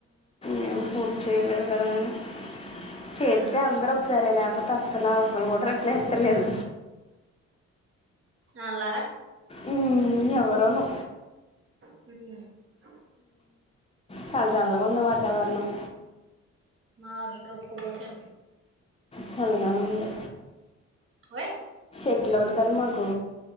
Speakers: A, on the left; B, on the right.
A: ఏం పూర్తి చేయలేదు కాదాని చెత్తే అందరు ఒకసారే లే టప్పు ఆస్సల ఒక్కలు కూడా రిప్లై ఇత్తలేదు
B: అలా
A: ఉ ఎవ్వరను
B: హ్
A: చాల చలాగుంది వాతావరణం
B: మా ఇక్కడ హుక్క పోసే
A: చల్లగాను ఉండే
B: వ
A: ఎట్లఒడుతరు మాకూ